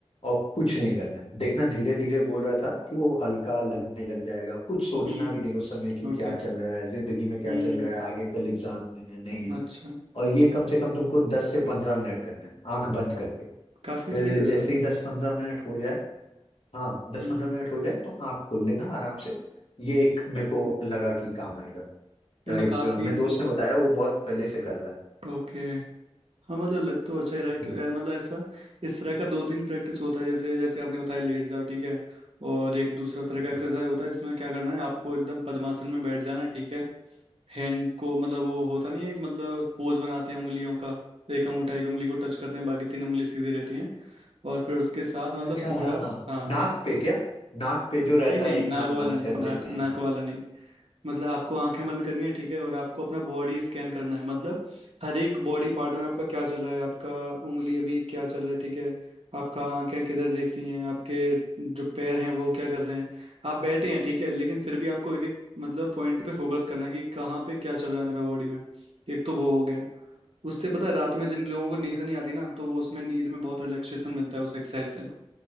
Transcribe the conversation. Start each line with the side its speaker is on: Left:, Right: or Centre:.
Left: और कुछ नहीं करना है देखना धीरे धीरे बोल रहा था कि वो हल्का लगने लग जाएगा कुछ सोचना
Right: हम्म
Left: भी नहीं उस समय कि
Right: ओके
Left: क्या चल रहा है जिंदगी में क्या
Right: हम्म
Left: चल रहा है आगे कल एग्जाम है नहीं है
Right: अच्छा
Left: और ये कम से कम तुमको दस से पंद्रह मिनट करना है आंख बंद करके
Right: काफी
Left: फिर
Right: सही लग
Left: जैसे
Right: रहा है
Left: ही दस पंद्रह मिनट हो जाए हाँ दस
Right: हम्म
Left: पंद्रह मिनट हो जाए तो आंख खोल लेना आराम से ये एक मेरे को लगा कि काम आएगा
Right: मतलब
Left: एक
Right: काफी
Left: अ, मेरे दोस्त ने बताया वो बहुत पहले से कर रहा है
Right: ओके हाँ मतलब लग तो अच्छा ही रहा है क्यों-
Left: हम्म,
Right: अ, मतलब ऐसा इस तरह का दो तीन प्रैक्टिस होता है जैसे जैसे आपने बताया लेट जाओ ठीक है और एक दूसरा तरह का
Left: हम्म।
Right: एक्सरसाइज होता है जिसमें क्या करना है आपको एकदम पद्मासन में बैठ जाना है ठीक है हैंड को मतलब वो होता नहीं है एक मतलब पोज बनाते हैं उंगलियों का एक अंगूठा एक उंगली को टच करते हैं बाकी तीन उंगली सीधी रहती हैं और फिर उसके साथ मतलब
Left: अच्छा
Right: पूरा
Left: हाँ हाँ
Right: हाँ
Left: नाक पे क्या नाक पे जो रहता
Right: नहीं नहीं
Left: है एक
Right: नाक
Left: नाक
Right: वाला
Left: बंद
Right: नहीं
Left: कर
Right: नाक
Left: देते
Right: नाक
Left: हैं
Right: वाला नहीं मतलब आपको आंखें बंद करनी है ठीक है और आपको अपना बॉडी स्कैन करना है मतलब हर एक बॉडी पार्ट में आपका क्या चल रहा है आपका उंगली अभी क्या चल रहा है ठीक है आपका आंखें किधर देख रही हैं आपके जो पैर हैं वो क्या कर रहे हैं आप बैठे हैं ठीक है लेकिन फिर भी आपको एक एक मतलब पॉइंट पे फोकस करना है कि कहाँ पे क्या चल रहा है मेरा बॉडी में एक तो वो हो गया उससे पता है रात में जिन लोगों को नींद नहीं आती ना तो वो उसमें नींद में बहुत रिलैक्सेशन मिलता है उस एक्सरसाइज से